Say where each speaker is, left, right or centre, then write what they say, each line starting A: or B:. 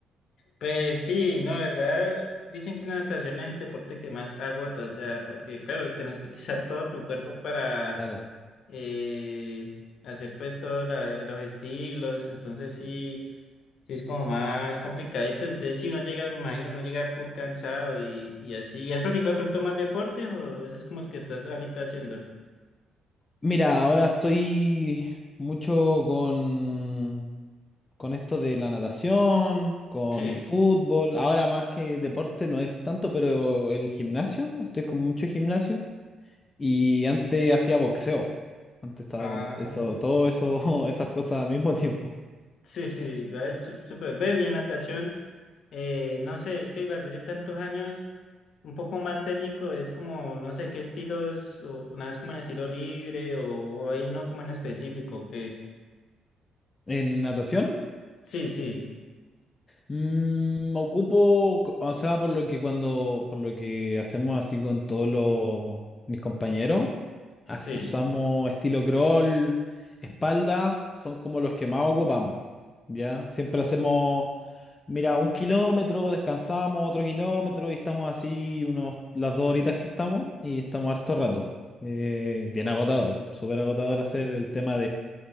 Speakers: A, on the left; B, on the left.
A: Pues sí, no, la verdad, dicen que la natación es el deporte que más agota, o sea, porque claro, tenés que utilizar todo tu cuerpo para
B: Claro.
A: eh, hacer pues todos la- los estilos, entonces sí. Sí, es como más complicadito. Entonces, si uno llega, me imagino, uno llega full cansado y, y así. ¿Y has practicado de pronto más deportes o ese es como el que estás ahorita haciendo?
B: Mira, ahora estoy mucho con, con esto de la natación, con
A: Sí.
B: fútbol. Ahora más que deporte no es tanto, pero el gimnasio, estoy con mucho gimnasio. Y antes hacía boxeo. Antes estaba
A: Ah,
B: con eso, todo eso, <laughs> esas cosas al mismo tiempo.
A: sí, sí, vale, su- súper. Ve, y en natación, eh, no sé, es que la verdad yo tantos años, un poco más técnico, es como, no sé qué estilos, o una vez como en estilo libre o, o hay uno como en específico que...
B: En natación.
A: Sí, sí,
B: Mm, ocupo, c- o sea, por lo que cuando, por lo que hacemos así con todos los, mis compañeros, as-
A: sí.
B: usamos estilo crawl, espalda, son como los que más ocupamos, ¿ya? Siempre hacemos, mira, un kilómetro, descansamos otro kilómetro y estamos así unos, las dos horitas que estamos y estamos harto rato. Eh, bien agotador, súper agotador hacer el tema